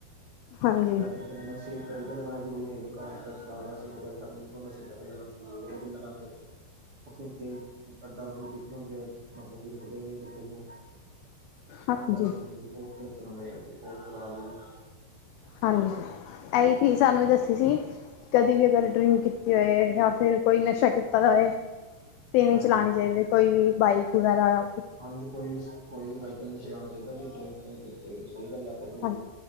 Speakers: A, on the left (about 85°); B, on the right (about 55°).
A: ਹਾਂਜੀ
B: ਟ੍ਰੈਫਿਕ ਤੇ <inaudible> ਬੈਲਟ ਲਗਾਣੀ ਜ਼ਰੂਰੀ ਹੈਗੀ। ਕਾਰ ਜੇਹੜਾ ਚਲਾ ਰਿਹਾ ਸੀਟ ਬੈਲਟ ਦੋਨਾ ਸੀਟਾਂ ਲਗਾਣੀ ਜਰੂਰੀ ਐ ਲੇਕਿਨ ਲਗਾਂਦੇ ਨਈ। ਓਹ ਫੇਰ ਤੇਜ਼ ਓ ਦਾਰੂ-ਦੁਰੂ ਪੀਤੀ ਹੁੰਦੀ ਐ, ਮਤਲਬ ਕਿ ਰੁਕਦੇ ਈ ਨੀ ਗੱਡੀ ਨੂੰ।
A: ਹਾਂਜੀ
B: ਅਨਬੈਲਸ ਹੁੰਦੀ ਏ, ਬੌਤ ਤੇਜ ਚਲੋਦੇ ਜੀ ਗੱਡੀ, ਬੌਤ ਬੁਰਾ ਹਾਲ ਏ ਜੀ।
A: ਹਾਂਜੀ, ਐਈ ਚੀਜ਼ ਸਾਨੂੰ ਈ ਦੱਸੀ ਸੀ ਕਦੀ ਵੀ ਅਗਰ ਡਰਿੰਕ ਕੀਤੀ ਹੋਏ ਯਾ ਫਿਰ ਕੋਈ ਨਸ਼ਾ ਕੀਤਾ ਦਾ ਹੋਏ ਤੇ ਨੀ
B: ਹਾਂਜੀ।
A: ਚਲਾਣੀ ਚਾਈਦੇ ਕੋਈ ਵੀ ਬਾਈਕ ਵਗੈਰਾ ਯਾ
B: ਹਾਂਜੀ ਕੋਈ ਵੀ, ਕੋਈ ਵੀ ਵਾਈਕਲ ਨੀ ਚਲਾਣਾ ਚਾਈਦਾ ਜੇ ਡਰਿੰਕ-ਡੁਰੰਕ ਕੀਤੀ ਹੋਈ ਏ ਸਹੀ ਗੱਲ ਆ। ਓਤੇ ਬਿਲਕੁਲ,
A: ਹਾਂਜੀ